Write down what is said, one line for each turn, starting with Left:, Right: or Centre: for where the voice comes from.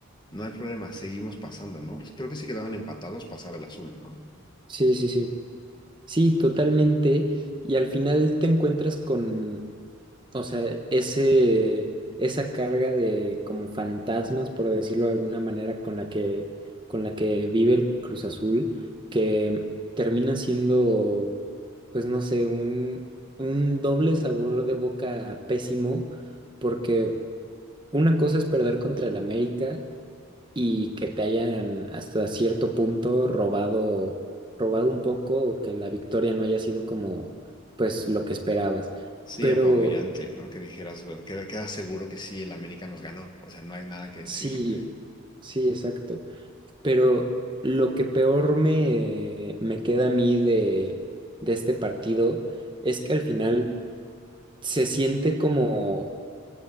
Left: no hay problema, seguimos pasando, ¿no? Pues Creo que si quedaban empatados pasaba el azul, ¿no?
Right: Sí, sí, sí. Sí, totalmente. Y al final te encuentras con, O sea, ese, esa carga de como fantasmas, por decirlo de alguna manera, con la que, con la que vive el Cruz Azul, que termina siendo, pues no sé, un, un doble sabor de boca pésimo, porque una cosa es perder contra el América y que te hayan hasta cierto punto robado, robado un poco o que la victoria no haya sido como, pues lo que esperabas.
Left: Sí,
Right: Pero
Left: apabullante, ¿no? Que dijeras, bueno, queda, queda seguro que sí, el América nos ganó. O sea, no hay nada que decir.
Right: Sí, sí, exacto. Pero lo que peor me, me queda a mí de, de este partido es que al final se siente como